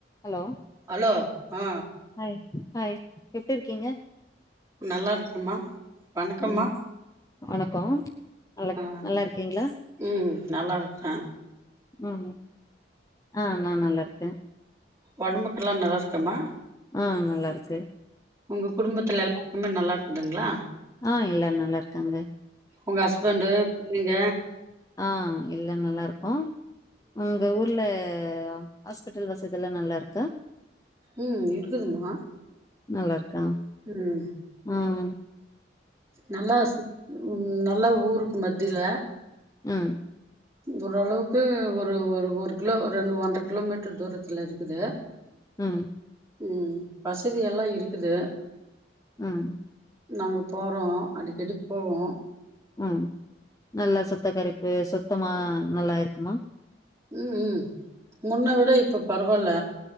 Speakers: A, on the left; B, on the right.
A: Hello
B: hello ஆ
A: hi hi எப்டி இருக்கீங்க
B: நல்லா இருக்கமா வணக்கம்மா
A: ம் வணக்கோ நல்லக்
B: ஆ
A: நல்லா இருக்கீங்களா
B: ம் நல்லா இருக்கறேன்
A: உம் ஆஹ் நான் நல்லா இருக்கே
B: ஒடம்புக்கல்லா நல்லா இருக்காம்மா
A: ஆஹ் நல்லாருக்கு
B: உங்க குடும்பத்துல எல்லாருக்குமே நல்லாருக் துங்களா
A: ஆ எல்லாரு நல்லா இருக்காங்க
B: உங்க ஹஸ்பண்டு நீங்க
A: ஆஹ் எல்லா நல்லாருக்கோ உங்க ஊர்ல ல ஹாஸ்பிட்டல் வசதில்லா நல்லாரு
B: உம் இருக்குதுமா
A: நல்லாருக்கா
B: உம்
A: ஆஹ்
B: நல்லா சு உம் நல்லா ஊருக்கு மத்தில
A: ஹம்
B: ஓரளவுக்கு ஒரு ஒரு ஒரு கிலோ ரெண்டு ஒன்றரை கிலோ மீட்டர் தூரத்தல இருக்குது
A: உம்
B: உம் வசதி எல்லா இருக்குது
A: ஆஹ்
B: நாங்க போறோம் அடிக்கடி போவோம்
A: ஆம் நல்லா சுத்தக்கார து சுத்தமா நல்லா இருக்குமா
B: உம் உம் முன்ன விட இப்ப பர வால்ல